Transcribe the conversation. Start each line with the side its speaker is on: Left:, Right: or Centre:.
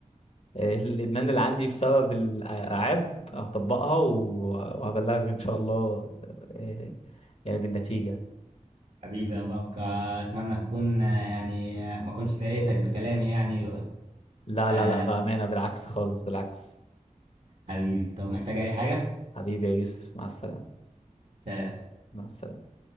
Left: آه، الادمان اللي عندي بسبب الالعاب هطبقها و- وهبلغك ان شاء الله آه، يعني بالنتيجة
Right: حبيبي يا مبارك اتمنى تكون آه، يعني آه، ما كنتش ضايقتك بكلامي يعني
Left: لا
Right: آه
Left: لا لا بأمانة بالعكس خالص بالعكس
Right: حبيبي طب محتاج اي حاجة
Left: حبيبي يا يوسف مع السلامة
Right: سلام
Left: مع السلامة